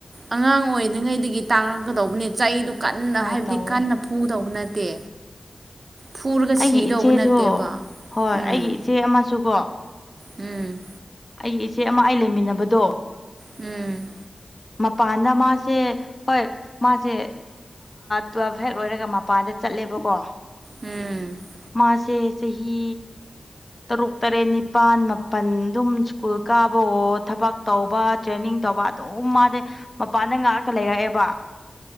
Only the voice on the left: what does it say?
ꯍꯣꯏ
ꯇꯧꯋꯦ
ꯑꯩꯒꯤ
ꯏꯆꯦꯁꯨ
ꯍꯣꯏ
ꯑꯩꯒꯤ ꯏꯆꯦ ꯑꯃꯁꯨꯀꯣ
ꯑꯩꯒꯤ ꯏꯆꯦ ꯑꯃ ꯑꯩ ꯂꯩꯃꯤꯟꯅꯕꯗꯣ
ꯃꯄꯥꯟꯗ ꯃꯥꯁꯦ ꯍꯣꯏ ꯃꯥꯁꯦ ꯇꯨꯋꯦꯜꯐ ꯍꯦꯛ ꯂꯣꯏꯔꯒ ꯃꯄꯥꯟꯗ ꯆꯠꯂꯦꯕꯀꯣ
ꯃꯥꯁꯦ ꯆꯍꯤ ꯇꯔꯨꯛ ꯇꯔꯦꯠ ꯅꯤꯄꯥꯜ ꯃꯥꯄꯜ ꯑꯗꯨꯝ ꯁ꯭ꯀꯨꯜ ꯀꯥꯕ ꯑꯣ ꯊꯕꯛ ꯇꯧꯕ ꯇ꯭ꯔꯦꯅꯤꯡ ꯇꯧꯕ ꯑꯗꯨꯝ ꯃꯥꯗꯤꯦ ꯃꯄꯥꯟꯗ ꯉꯥꯛꯇ ꯂꯩꯔꯛꯑꯦꯕ